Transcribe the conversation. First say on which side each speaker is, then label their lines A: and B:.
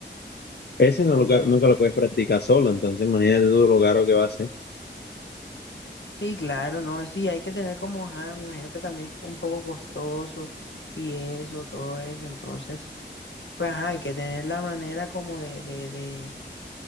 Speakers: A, on the left; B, on the left.
A: ese no
B: obviamente,
A: lo, ca- nunca lo puedes practicar solo, entonces imagínate tú lo caro que va a ser.
B: sí, claro, ¿no? Sí, hay que tener como, ajá, me imagino que también es un poco costoso y eso, todo eso, entonces, pues, ajá, hay que tener la manera como de, de, de